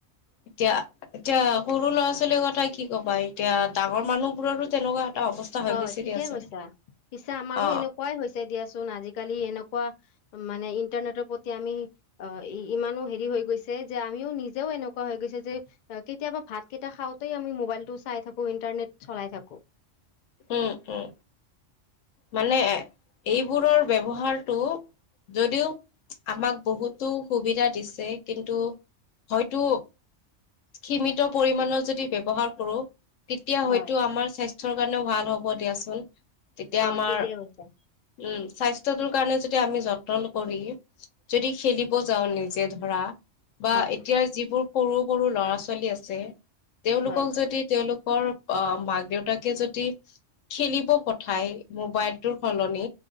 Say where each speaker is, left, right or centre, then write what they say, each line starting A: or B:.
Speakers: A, on the left; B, on the left.
A: এতিয়া এতিয়া সৰু ল'ৰা ছোৱালীৰ কথা কি ক'বা, এতিয়া ডাঙৰ মানুহবোৰৰো তেনেকুৱা এটা অৱস্থা হৈ
B: হয়
A: গৈছে
B: ঠিকে
A: দিয়াচোন
B: কৈছা। পিছে আমাৰো
A: অ
B: এনেকুৱাই হৈছে দিয়াচোন। আজিকালি এনেকুৱা মানে ইন্টাৰনেটৰ প্ৰতি আমি ইমানো হেৰি হৈ গৈছে যে আমিও নিজেও এনেকোৱা হৈ গৈছে যে, কেতিয়াবা ভাতকেইটা খাওঁতেই আমি মবাইলটো চাই থাকো ইন্টাৰট চলাই থাকো।
A: উম উম। মানে এইবোৰৰ ব্যৱহাৰটো যদিও আমাক বহুতো সুবিধা দিছে, কিন্তু হয়তো সীমিত পৰিমাণৰ যদি ব্যৱহাৰ কৰো তেতিয়া
B: হয়
A: হয়তো আমাৰ স্বাস্থ্যৰ কাৰণেও ভাল। হ'ব দিয়াচোন। তেতিয়া
B: হয়
A: আমাৰ
B: ঠিকে কৈছা।
A: উম স্বাস্থ্যটোৰ কাৰণে যদি আমি যত্ন কৰি, যদি খেলিব যাওঁ নিজে ধৰা বা
B: হয়
A: এতিয়াৰ যিবোৰ সৰু সৰু ল'ৰা ছোৱালী আ ছে তেওঁলোকক
B: হয়
A: যদি তেওঁলোক ৰ মাক দেউতাকে যদি খেলিব পঠায় মোবাইলটোৰ ফলত তুমি